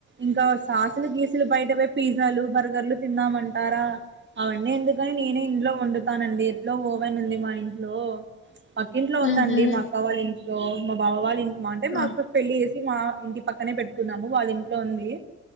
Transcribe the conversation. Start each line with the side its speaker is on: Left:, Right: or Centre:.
Right: ఇంకా వాళ్ళు సాసులు గీసులు బయట పోయ్ పిజ్జలు బర్గర్లు తిందమంటారా అవన్నీ ఎందుకని నేనే ఇంట్లో వండుతానండి ఎట్లో హోవెన్ ఉంది మా ఇంట్లో అక్క ఇంట్లో
Left: ఉమ్
Right: ఉందండి
Left: ఉహు
Right: మా అక్క వాళ్ళ ఇంట్లో మా బావ వాళ్ళ ఇంట్లో మా అంటే మా
Left: ఆ
Right: అక్కకి పెళ్ళి చేస్త మా ఇంటి పక్కనే పెట్టుకున్నాము వాళ్ళ ఇంట్లో ఉంది